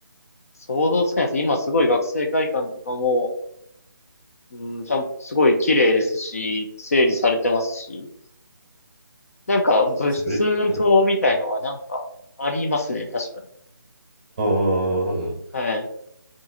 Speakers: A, on the left; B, on the right.
A: 想像つかないです。今すごい学生会館とかも、うん、ちゃん、すごい綺麗ですし、整理されてますし、なんか物質棟みたいのはなんかありますね、
B: それ、うん
A: 確かに。
B: ああ、
A: はい、